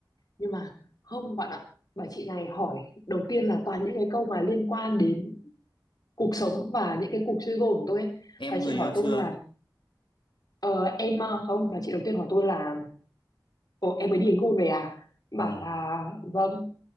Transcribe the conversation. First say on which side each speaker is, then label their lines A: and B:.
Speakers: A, on the left (about 50°); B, on the left (about 80°).
A: nhưng mà không bạn ạ bà chị này hỏi đầu tiên là toàn những cái câu mà liên quan đến cuộc sống và những cái cuộc chơi gôn của tôi ấy.
B: em
A: bà chị
B: người
A: hỏi
B: yêu
A: tôi
B: chưa
A: là ờ, em ờ, không bà chị đầu tiên hỏi tôi là Ồ, em mới đi đánh gôn về à?
B: ờ
A: Bảo là vâng.